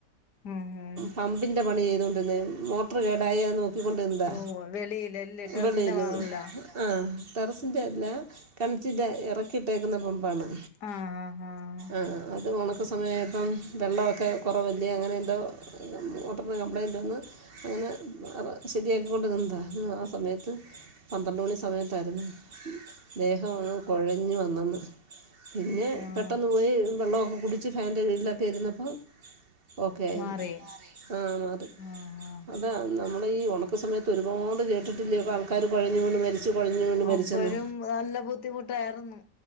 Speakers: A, on the left; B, on the right.
A: ഉം ഉം
B: പമ്പിന്റെ പണി ചെയ്തൊണ്ടിന്നായ്നു മോ ടെർ കെടായ് അത് നോക്കിക്കൊണ്ട നിന്നതാ
A: ഓഹ് വെളിയിലല്ലേ ടെറസിന്റെ
B: വെളിയില്
A: മോളിലോ
B: വെളിയില് ആഹ് ആഹ് ടെറസിൻ്റെല്ല കെണറ്റിന്റെ എറക്കിയിട്ടേക്കുന്ന പമ്പാണ്
A: ആഹ് ഹ ഹഹാ
B: ആഹ് ആഹ് അത് ഉണക്ക സമയപ്പം വെള്ളമൊക്കെ കുറവല്ല അങ്ങനെ ന്തോ മോട്ടറിന്ന് കംപ്ലൈയിൻറ് വന്ന് അങ്ങനെ ഹ് ശരിയാക്കിക്കൊണ്ട് നിന്നതാ ആ സമയത്ത് പന്ത്രണ്ട് മണി സമയത്തായിരെന്ന് ദേഹം അങ്ങ് കൊഴഞ്ഞു വന്നന്ന് പിന്നെ
A: ആഹ്
B: പെട്ടെന്ന് പോയി വെള്ളമൊക്കെ കുടിച്ച് ഫാൻ്റെ കിഴിലൊക്കെ ഇരുന്നപ്പം ഓക്കെ ആയിന്ന്
A: മാറി
B: ആഹ് മാറി
A: ആഹ് ആഹ്
B: അതാ നമ്മള്ളെ ഈ ഉണക്ക സമയത്ത് ഒരുപാട് കേട്ടിട്ടില്ലയൊ പ ആൾക്കാര് കോയഞ്ഞ് വീണ് മരിച്ചു കൊഴഞ് വീണ് മരിച്ചെന്ന്
A: അപ്പഴും നല്ല ബുദ്ധിമുട്ടായിരുന്നു